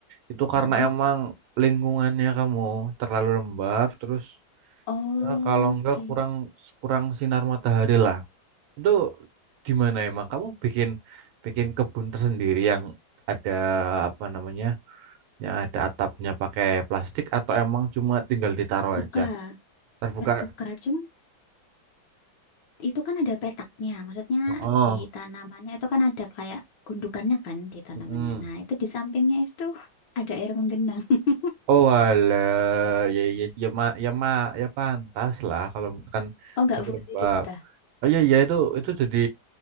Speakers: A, on the right; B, on the left.
A: itu karena
B: Mm-mm.
A: emang lingkungannya kamu terlalu lembab, terus
B: Oke,
A: ya, kalau enggak kurang kurang sinar matahari lah. Itu di mana emang kamu bikin bikin kebun tersendiri yang ada apa namanya? Yang ada atapnya pakai plastik atau emang cuma tinggal ditaruh
B: Buka.
A: aja? Terbuka.
B: Terbuka, cuman itu kan ada petaknya. Maksudnya
A: Oh.
B: di tanamannya itu kan ada kayak gundukannya kan di tanamannya.
A: mm.
B: Nah, itu di sampingnya itu <laughs> ada air menggenang. <laughs>
A: Oh alah, ya ya ya ma ya ma ya pantas lah kalau kan
B: Oh, nggak
A: penyebab.
B: boleh gitu tah?
A: Oh iya iya itu itu jadi